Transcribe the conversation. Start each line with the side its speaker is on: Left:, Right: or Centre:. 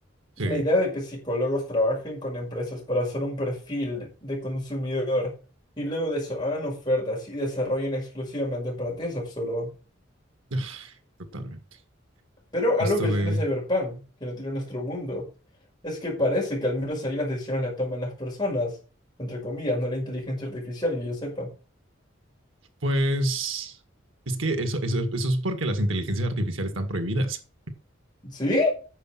Right: Sí,
Left: La idea de que psicólogos trabajen con empresas para hacer un perfil de consumidor y luego de eso hagan ofertas y desarrollen exclusivamente para ti es absurdo.
Right: <sighs> totalmente.
Left: Pero
Right: Esto
Left: algo que sí
Right: de,
Left: tiene Cyberpunk, que no tiene nuestro mundo, es que parece que al menos ahí las decisiones las toman las personas, entre comillas, no la inteligencia artificial, que yo sepa.
Right: pues, es que eso, eso, eso es porque las inteligencias artificiales están prohibidas.
Left: ¿Sí?